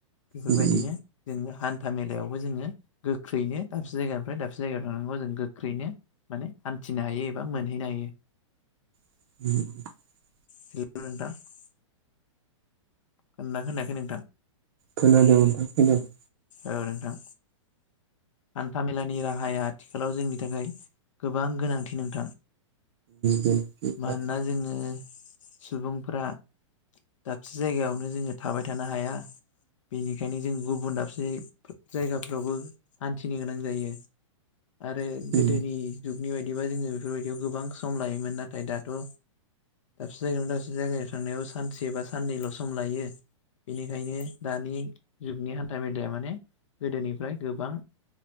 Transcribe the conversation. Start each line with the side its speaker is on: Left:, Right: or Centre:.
Left: बेफोरबायदिनो
Right: नोंथां उम
Left: <unintelligible> हान्था मेलायावबो जोङो गोख्रैनो दाबसे जायगानिफ्राय दाबसे जायगायाव थांनांगौ जों गोख्रैनो माने हान्थिनो हायो एबा मोनहैनो हायो
Right: <unintelligible>
Left: हेल' नोंथां खोनादोंना खोनायाखै नोंथां
Right: खोनादों नोंथां खोनादों
Left: औ नोंथां हान्थामेलानि राहाया आथिखालाव जोंनि थाखाय गोबां गोनांथि नोंथां
Right: बेनोसै
Left: मानोना
Right: आरो
Left: जोङो सुबुंफ्रा दाबसे जायगायावनो जोङो थाबाय थानो हाया बेनिखायनो जों गुबुन दाबसे जायगाफ्रावबो हान्थिनो गोनां जायो आरो गोदोनि
Right: उम
Left: जुगनि बायदिबा जोङो बेफोरबायदियाव गोबां सम लायोमोन नाथाय दाथ' दाबसे जायगायाव दाबसे जायगायाव थांनायाव सानसे बा साननैल' सम लायो बेनिखायनो दानि जुगनि हान्थ मेलाया माने गोदोनिफ्राय गोबां